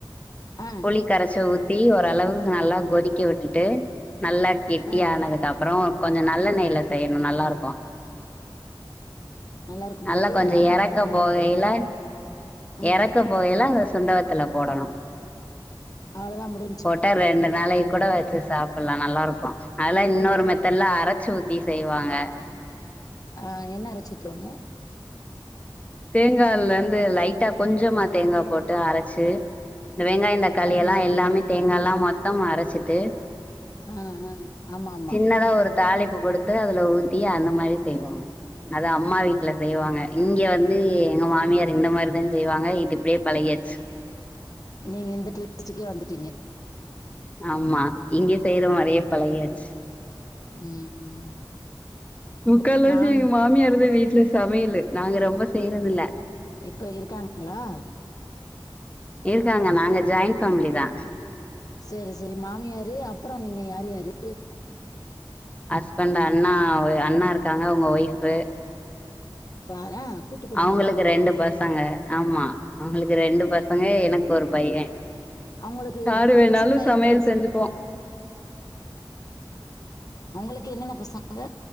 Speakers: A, on the left; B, on the left.
A: ஆ
B: புளி கரைச்சு ஊத்தி ஓரளவுக்கு நல்லா கொதிக்க விட்டுட்டு நல்லா கெட்டியானதுகப்
A: ஆ
B: பறோ கொஞ்சோ நல்லெணெய்ல செய்யணோ நல்லா இருக்கோ
A: இருக்கும்
B: நல்லா
A: போலயே
B: கொஞ்சோ
A: ஆ
B: எறக்க
A: அதான் கேக்கு
B: போகையில
A: ம்
B: எறக்க போகையில அந்த சுண்ட வத்தல போடணோ
A: அவ்ளோதா முடிஞ்
B: போட்டா ரெண்டு நாளைக்கு கூட வெச்சு சாப்புலா நல்லா இருக்கோ அதுல இன்னோரு
A: அதற்கு
B: மெத்தட்ல அரச்சு ஊத்தி செய்வாங்க
A: அ என்ன அரச்சு ஊத்துவாங்க
B: தேங்காலந்து லைட்டா கொஞ்சமா தேங்கா போட்டு அரச்சு, இந்த வெங்காயோ தக்காளி
A: ஆமா
B: எல்லா எல்லாமே தேங்காலா மொத்தமா அரச்சிட்டு
A: ஆ அ ஆமாமா
B: சின்னதா ஒரு தாளிப்பு குடுத்து அதுல ஊத்தி அந்த மாரி செய்வாங். அது அம்மா வீட்ல செய்வாங்க இங்க வந் து எங்க மாமியார் இந்த மாரிதா செய்வாங்க இது இப்டே பழகியாச்சு.
A: நீங்க இந்த டேஸ்டுக்கே வந்துட்டீங்க.
B: ஆமா இங்க செய்ற மாரியே பழகியாச்சு.
A: ம்
B: முக்கால் வாசி
A: நாங்
B: எங்க மாமியார்தா வீட்ல சமையலு நாங்க ரொம்ப செய்றதில்ல.
A: இ இப்ப இருக்காங்ளா?
B: இருக்காங்க நாங்க ஜாயின் ஃபேமிலி தா.
A: சேரி சேரி மாமியாரு அப்புறோ நீங்க யாரு யாரு?
B: ஹஸ்பண்டு அண்ணா ஒ அண்ணா இருக்காங்க அவுங்க ஒய்ஃபு.
A: பாரே கூட்டு குடும்பந்தா
B: அவுங்களுக்கு ரெண்டு பசங்க ஆமா அவுங்களுக்கு ரெண்டு பசங்க எனக்கு ஒரு பைய.
A: அவுங்களுக்கு
B: யாரு
A: ரெண்டு
B: வேணாலு
A: பசங்களா
B: சமையல்
A: என்னென்ன பசங்க?
B: செஞ்சுக்குவா
A: அவுங்களுக்கு என்னென்ன பசங்க?